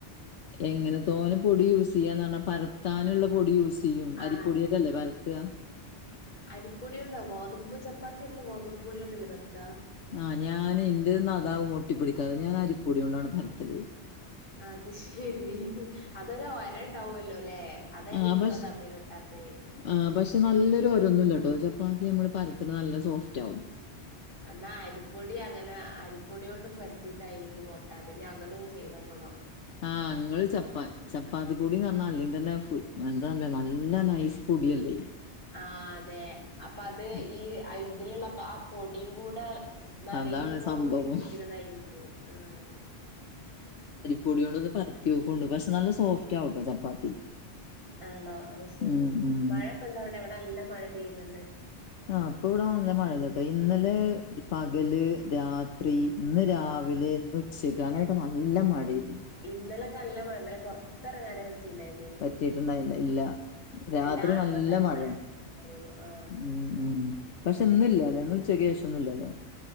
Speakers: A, on the left (about 80°); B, on the left (about 50°).
A: എങ്ങനെ തോന്നെ പൊടി യൂസ് ചെയ്യാന്ന് പറഞ്ഞാൽ പരത്താനുള്ള പൊടി യൂസ് ചെയ്യും
B: ആഹ്
A: അരിപ്പൊടിയട്ടല്ലേ പര ത്ത് ആ
B: അരിപ്പൊട്യാേണ്ടാ ഗോതമ്പ് ചപ്പാത്തി മ്മ ഗോതമ്പ് പൊട്യോണ്ടല്ലെ പര്ത്താ
A: ആഹ് ഞാനെ ഇന്റെത് ന്നാ അതാവും ഒട്ടി പിടിക്കാതെ ഞാൻ അരിപ്പൊട്യോണ്ടാണ് പരത്തല്
B: അത് ശെരി അതൊരു ഒരണ്ടാവാെല്ലോലേ അതായ്രിക്കുംന്നാ
A: ആഹ് പഷ്
B: തമ്മിലൊട്ടാത്തെ
A: ആഹ് പക്ഷെ നല്ലൊര് ഒരാെന്നുല്ലട്ടോ ചപ്പാത്തി നമ്മള് പരത്ത്ണെ നല്ല സോഫ്റ്റാവും
B: എന്നാ അരിപ്പൊടി അങ്ങെനെ അരിപ്പൊട്യോണ്ട് പര്ത്തീട്ടായിരിക്കും ഒട്ടാതെ ഞ്ഞ അങ്ങനൊന്ന് ചെയ്തോ ക്കെണം
A: ആഹ് ഇങ്ങള് ചപ്പാത് ചപ്പാത്തി പൊടീന്നർഞ്ഞാ അല്ലെങ്കി തന്നെ ഫുൾ എന്താ നല്ല നൈസ് പൊടിയല്ലേ
B: ആഹ് അതെ അപ്പൊ അത്
A: ആ
B: ഈ അയ് ഇതില്ള്ള ആ പൊടിയും കൂടെ നനയുമ്പോ
A: അതാണ് സംഭവം.
B: ഒട്ടിപ്പിടിക്ക്ണതായിരിക്കും ആഹ്
A: പൊട്യോണ്ടാെന്ന് പരത്ത്യോക്കാേണ്ടു പക്ഷെ നല്ല സോഫ്റ്റാവുട്ടാെ ചപ്പാത്തി
B: ആണോ അത്ശെരി
A: ഉം ഉം.
B: മഴക്കെണ്ടോ അവിടെ ഇവിടെ നല്ല മഴ പെയ്യ്ന്ന്ണ്ട്
A: ആഹ് പ്പ വ്ടെ നല്ല മഴല്ലട്ടോ ഇന്നലെ പകല് രാ ത്രി
B: ഉം
A: ഇന്ന് രാവിലെ
B: ആഹ്
A: ഇന്നുച്ചെക്ക് അങ്ങെനെക്കെ നല്ല മഴേയ്ര്ന്നു
B: ഇന്നലെക്കെ നല്ല മഴ ഇന്നലെ പൊർത്തെർങ്ങാനെ പറ്റിണ്ടായ്ര്
A: പറ്റീട്ട്ണ്ടായില്ല ഇല്ല രാത്രി
B: എല്ലായിടത്തും
A: നല്ല
B: ഇന്നലെ
A: മഴേ
B: മഴ തോന്നുന്നു ആഹ്
A: ഉം ഉം പക്ഷെ ന്നില്ലാലേ ഇന്ന് ഉച്ചക്ക് ശേഷാെന്നുംല്ലല്ലോ